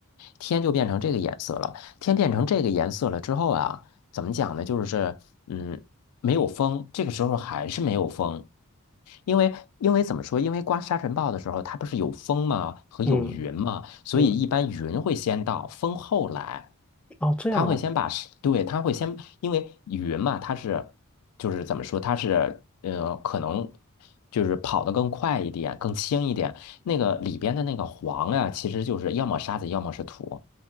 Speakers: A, on the left (about 85°); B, in the centre.
A: 天就变成这个颜色了。天变成这个颜色了之后啊，怎么讲呢？就是嗯，没有风，这个时候还是没有风。因为因为怎么说？因为刮沙尘暴的时候，它不是有风吗？和有云吗？
B: 嗯
A: 所以一般云会先到，
B: 嗯，
A: 风后来。
B: 哦，这样哦，
A: 它会先把沙对，它会先，因为云嘛，它是就是怎么说？它是呃，可能就是跑得更快一点，更轻一点，那个里边的那个黄呀、其实就是要么沙子，要么是土。